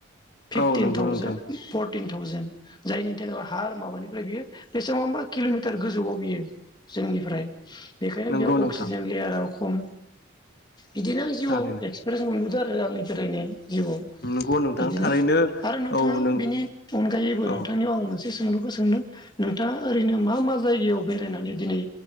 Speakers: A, on the left; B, on the left.
A: फिफटिन
B: औ नंगौ
A: थावजेन
B: नोंथां
A: फर परटिन थावजेन जायनि थाखाय हार माबानिफ्राय बियो बेसेबांबा किल'मिटार गोजौआव बियो। जोंनिफ्राय बेखायनो
B: नंगौ
A: बेयाव
B: नोंथां
A: अक्सिजेन लेयारा खम। बिदिनो आं जिउआव
B: थारैनो
A: एक्सपिरियेन्स मोनबोदों आरो आंनि बेरायनाय। जिउआव
B: नंगौ नोंथां
A: बिदिनो
B: थारैनो
A: आरो नोंथाङा
B: औ नों
A: बिनि अनगायैबो
B: औ
A: नोंथांनियाव आं मोनसे सोंलुखौ सोंनो नोंथाङा ओरैनो मा मा जायगायाव बेरायनानै दिनै